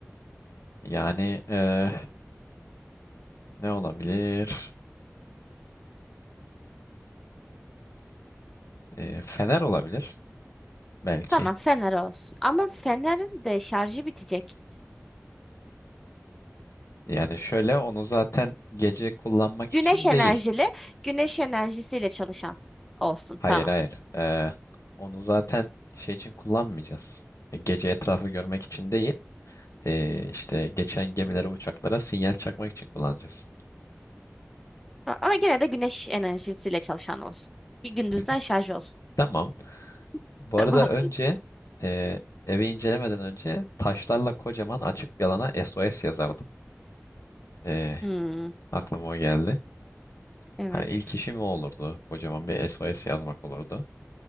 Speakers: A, on the left; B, in the centre.
A: Yani eh, ne olabilir? Eh, fener olabilir belki.
B: Tamam, fener olsun. Ama fenerin de şarjı bitecek.
A: Yani şöyle onu zaten gece kullanmak
B: Güneş
A: için
B: enerjili,
A: değil.
B: güneş enerjisiyle çalışan olsun.
A: Hayır
B: Tamam.
A: hayır. Ee, onu zaten şey için kullanmayacağız. E, gece etrafı görmek için değil. Ee, işte geçen gemilere, uçaklara sinyal çakmak için kullanacağız.
B: A- Ama gene de güneş enerjisiyle çalışan olsun. Bir gündüzden
A: <laughs>
B: şarj olsun.
A: Tamam.
B: <laughs>
A: Bu
B: Tamam.
A: arada önce e, evi incelemeden önce taşlarla kocaman açık bir alana SOS yazardım. E,
B: Hmm,
A: aklıma o geldi.
B: evet.
A: Hani ilk işim o olurdu. Kocaman bir SOS yazmak olurdu.